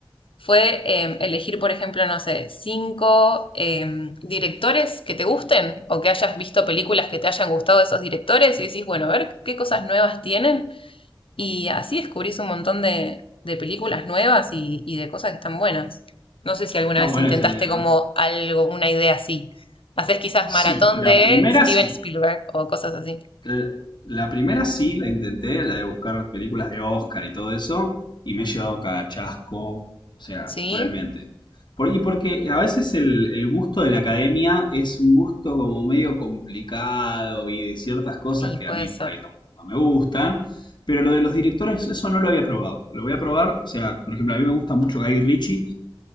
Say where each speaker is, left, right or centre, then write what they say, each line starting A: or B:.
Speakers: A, on the left (about 80°); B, on the left (about 60°).
A: fue em, elegir, por ejemplo, no sé, cinco em, directores que te gusten o que hayas visto películas que te hayan gustado de esos directores y decís, bueno, a ver qué cosas nuevas tienen y así descubrís un montón de, de películas nuevas y, y de cosas que están buenas. No sé si alguna
B: está
A: vez
B: buena
A: intentaste
B: esa idea. ¿eh?
A: como algo, una idea así. Haces quizás maratón
B: Sí, la
A: de
B: primera
A: Steven
B: sí.
A: Spielberg o cosas así.
B: l- La primera sí la intenté, la de buscar películas de Oscar y todo eso, y me he llevado cada chasco, o sea,
A: Sí,
B: realmente. Por, y porque a veces el, el gusto de la academia es un gusto como medio complicado y de ciertas cosas
A: y
B: que
A: puede
B: a mí
A: ser.
B: por ahí no, no me gustan, pero lo de los directores, eso no lo había probado. Lo voy a probar, o sea, por ejemplo, a mí me gusta mucho Guy Ritchie,